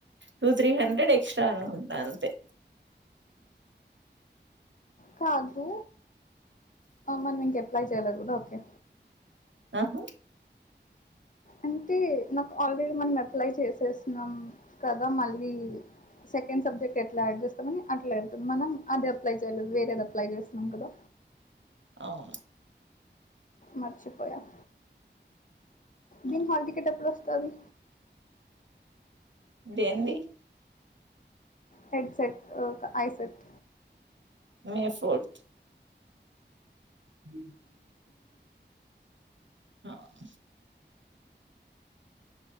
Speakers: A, on the right; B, on the left.
A: టూ, త్రీ హండ్రెడ్ ఎక్స్ట్రా అనుకుంటా అంతే
B: కాదు మనం ఇంకా ఎప్లై చేయలే అనుకుంట ఓకె
A: ఆహ్.
B: అంటే నాకు ఆల్రెడీ మనం అప్లై చేసేసినం కదా మళ్ళీ. సెకండ్ సబ్జెక్ట్ ఎట్లా యాడ్ చేస్తామని అట్లా వెళ్తుంది మనం అది అప్లై చేయలేదు వేరేది అప్లై చేస్తున్నాం కదా.
A: అవును.
B: మరిచిపోయార.
A: అవును
B: దీని హాల్ టికెట్ ఎప్పుడోస్తది.
A: దేంది.
B: హెడ్ సెట్ ఆహ్ ఐసెట్.
A: May fourth. ఉమ్. ఆహ్.